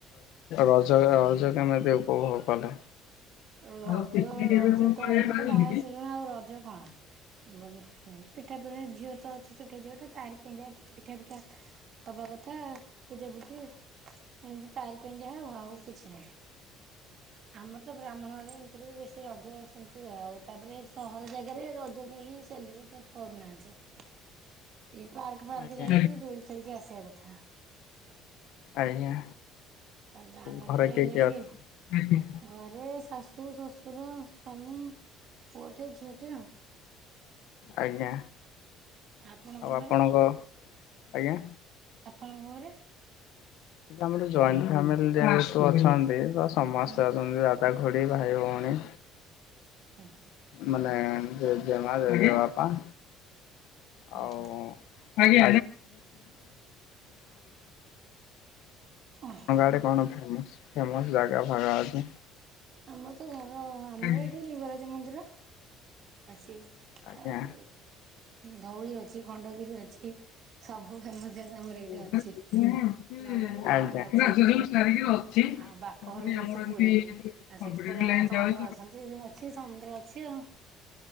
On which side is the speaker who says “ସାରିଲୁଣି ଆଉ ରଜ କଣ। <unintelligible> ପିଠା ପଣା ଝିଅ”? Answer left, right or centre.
Right